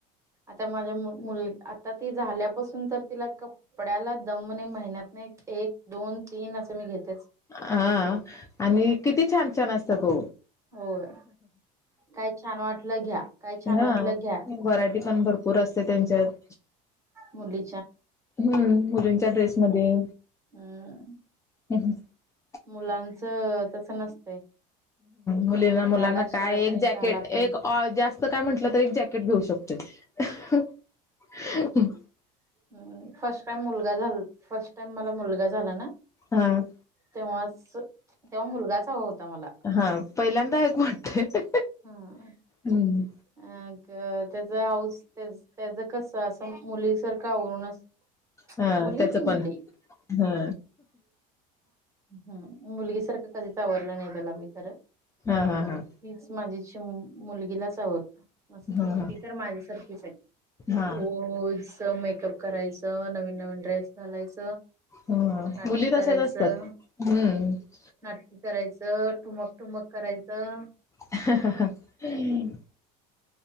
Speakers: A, on the right; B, on the left.
A: आता माझ्या मुल आता ती झाल्यापासून तर तिला कपड्याला दम नाही महिन्यातनं एक दोन तीन असे मी घेतेच
B: हा आणि किती छान छान असत ओ
A: होय काय छान वाटलं घ्या काय छान
B: ना
A: वाटलं घ्या
B: व्हरायटी पण भरपूर असते त्यांच्यात
A: मुली
B: हम्म मुलींच्या ड्रेसमध्ये.
A: हम्म.
B: हम् ह
A: मुलांचं तस नसतंय.
B: मुलींना मुलांना
A: घाला
B: काय
A: शर्ट
B: एक
A: आणि
B: जॅकेट
A: घाला पॅन्ट.
B: एक जास्त काय म्हंटलं तर एक जॅकेट घेऊ शकतो <inaudible>
A: ह फर्स्ट टाइम मुलगा झा फर्स्ट टाइम मला मुलगा झाला ना
B: हम
A: तेव्हाच तेव्हा मुलगाचा हवा होता मला.
B: हा पहिल्यांदा एक वाटतय.
A: हा.
B: हम्म
A: अग त्याच आऊस त्याच कस असं मुलीसारखं आवरूनच
B: हा
A: मुली
B: त्याच
A: ती
B: पण
A: मुली.
B: हा
A: हम् मुलगी सारखं कधीच आवरलं नाही त्याला मी खरं.
B: हा हा हा.
A: हीच माझी मुलगीलाच आवरतो मस्त
B: हा
A: ती
B: हा
A: तर माझ्यासारखीच आहे
B: हा
A: रोज. मेकअप करायचं नवीन नवीन ड्रेस घालायच.
B: हम्म
A: नाटकी
B: मुली तशाच
A: करायचं
B: असतात हम्म
A: नाटकी करायचं. तर ठुमक ठुमक करायचं.
B: <inaudible>